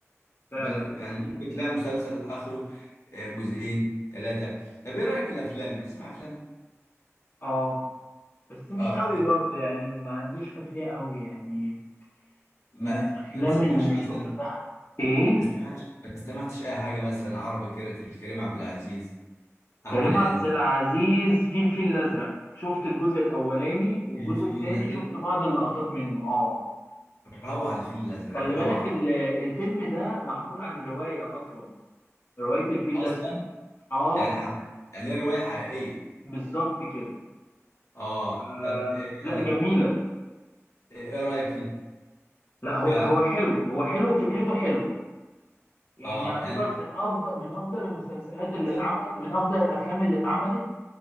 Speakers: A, on the left (about 70°); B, on the left (about 55°).
A: <clears throat>
B: فعلا
A: ب- يعني ممكن تلاقي مسلسل اخره آه، جزئين ثلاثه طب ايه رايك في الافلام بتسمع افلام
B: اه بس مش
A: اه
B: قوي
A: آه،
B: برضه يعني ما عنديش خلفيه قوي يعني
A: ما
B: من الافلام
A: ما تسمعش
B: اللي
A: مثلا
B: شفتها ايه
A: ما استمعتش ما استمعتش اي حاجه مثلا عربي كده لكريم عبد العزيز احمد
B: كريم
A: عز
B: عبد العزيز في الفيل الأزرق شفت الجزء الأولاني والجزء
A: الفيل
B: التاني
A: الازرق
B: شفت بعض اللقطات منه اه
A: روعه الفيل الازرق
B: خلي
A: روعه
B: بالك ال- الفيلم ده معمول عن رواية أصلا رواية الفيل
A: اصلا
B: الأزرق اه
A: يعني يعني هي روايه حقيقيه
B: بالظبط كده
A: اه
B: آه
A: طب إيه
B: لا
A: يعني
B: جميلة
A: ايه إيه رايك فيه
B: لا هو
A: ك...
B: هو حلو هو حلو فكرته حلوة يعني
A: اه
B: يعتبر
A: يعني
B: من أفضل من أفضل المسلسلات اللي
A: انت
B: اتعمل من أفضل الأفلام اللي اتعملت